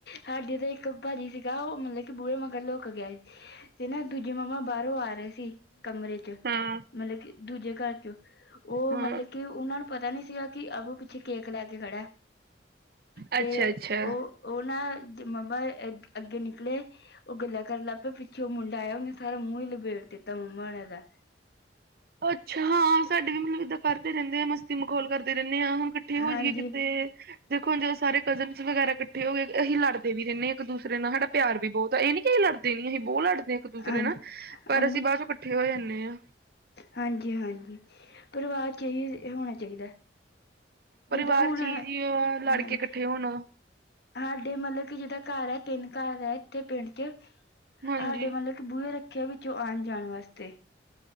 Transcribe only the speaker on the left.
ਸਾਡੇ ਤਾਂ ਇੱਕ ਭਾਜੀ ਸੀਗਾ ਉਹ ਮਤਲਬ ਕਿ ਬੂਹੇ ਮਗਰ ਲੁੱਕ ਗਿਆ ਸੀ। ਤੇ ਨਾ ਦੂਜੇ ਮੰਮਾ ਬਾਹਰੋਂ ਆ ਰਹੇ ਸੀ ਕਮਰੇ ਚ
ਮਤਲਬ ਕਿ ਦੂਜੇ ਘਰ ਚ ਉਹ
ਮਤਲਬ ਕਿ ਉਹਨਾਂ ਨੂੰ ਪਤਾ ਨੀ ਸੀਗਾ ਕਿ ਅਬ ਵੋਪਿੱਛੇ ਕੇਕ ਲੈ ਕੇ ਖੜਾ। ਤੇ
ਉਹ- ਉਹ ਨਾ ਮੰਮਾ ਦੇ ਅੱਗੇ ਨਿਕਲੇ। ਉਹ ਗੱਲਾਂ ਕਰਨ ਲੱਗ ਪਏ ਪਿੱਛੇ ਉਹ ਮੁੰਡਾ ਆਇਆ ਉਹਨੇ ਸਾਰਾ ਮੂੰਹ ਹੀ ਲਬੇੜ ਦਿੱਤਾ ਮੰਮਾ ਦਾ ਤਾ
ਹਾਂਜੀ
ਹਾਂਜੀ
ਹਾਂਜੀ
ਹਾਂਜੀ -ਹਾਂਜੀ ਪਰਿਵਾਰ 'ਚ ਇਹੀ ਹੋਣਾ ਚਾਹੀਦਾ।
ਜਿੱਦਾਂ ਹੁਣ
ਹੈ
ਸਾਡੇ ਮਤਲਬ ਕਿ ਜਿੱਦਾਂ ਘਰ ਹੈ ਤਿੰਨ ਘਰ ਹੈ ਇੱਥੇ ਪਿੰਡ 'ਚ 'ਸਾਡੇ
ਮਤਲਬ ਬੂਹੇ ਰੱਖੇ ਆ ਵਿੱਚੋਂ ਆਉਣ ਜਾਣ ਵਾਸਤੇ।